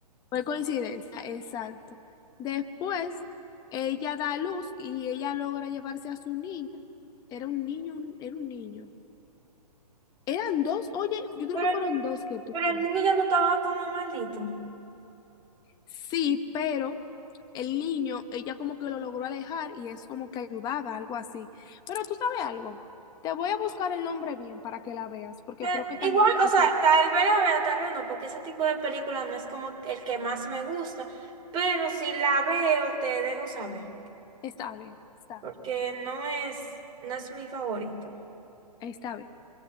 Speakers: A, on the left (about 20°); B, on the right (about 20°).
A: Fue coincidencia, exacto. Después, ella da a luz y ella logra llevarse a su niña. Era un niño, un- era un niño. Eran dos, oye, yo creo
B: Pero,
A: que fueron dos que tuvo.
B: pero el niño ya no estaba como maldito.
A: Sí, pero el niño, ella como que lo logró alejar y es como que ayudaba, algo así. Pero tú sabes algo, te voy a buscar el nombre bien para que la veas, porque
B: Pero
A: creo que también
B: igual,
A: está,
B: o sea, tal vez la vea, tal vez no, porque ese tipo de película no es como el que más me gusta. Pero si la veo, te dejo saber,
A: está bien, está,
B: porque no es, no es mi favorito.
A: está bien.